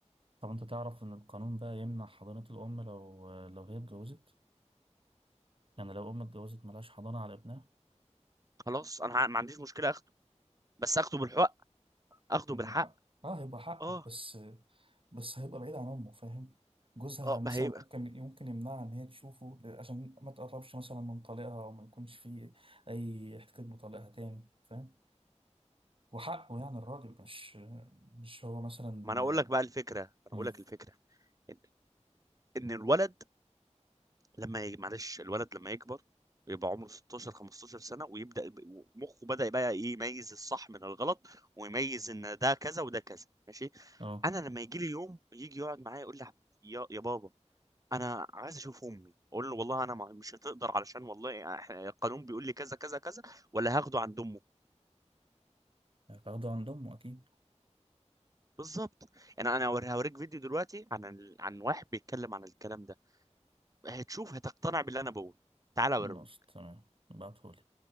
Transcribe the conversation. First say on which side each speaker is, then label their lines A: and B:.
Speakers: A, on the right; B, on the right.
A: طب انت تعرف ان القانون بقى يمنع حضانة الأم لو لو هي اتجوزت؟ يعني لو أم اتجوزت ملهاش حضانة على ابنها
B: خلاص انا ما عنديش مشكله اخده بس اخده بالحق اخده
A: من
B: بالحق
A: حق اه هيبقى حقك
B: اه
A: بس بس هيبقى بعيد عن امه فاهم جوزها
B: اه
A: مثلا
B: ما هيبقى
A: ممكن ممكن يمنعها ان هي تشوفه عشان ما تقربش مثلا من طليقها وما يكونش فيه اي احتكاك بطليقها تاني فاهم وحقه يعني الراجل مش مش هو مثلا
B: ما انا اقول لك بقى الفكره ما انا
A: مم.
B: اقول لك الفكره ان ان الولد لما ي... معلش الولد لما يكبر ويبقى عمره 16 15 سنة ويبدأ يب- مخه بدأ بقى ايه يميز الصح من الغلط ويميز ان ده كذا وده كذا ماشي
A: اه
B: انا لما يجي لي يوم يجي يقعد معايا يقول لي يا يا بابا انا عايز اشوف امي اقول له والله انا ما- مش هتقدر علشان والله إحنا القانون بيقول لي كذا كذا كذا ولا هاخده عند امه
A: هتاخده عند امه اكيد
B: بالظبط يعني انا هوري- هوريك فيديو دلوقتي عن ال- عن واحد بيتكلم عن الكلام ده هتشوف هتقتنع باللي انا بقوله تعالى اوريك
A: خلاص تمام ابعتهولي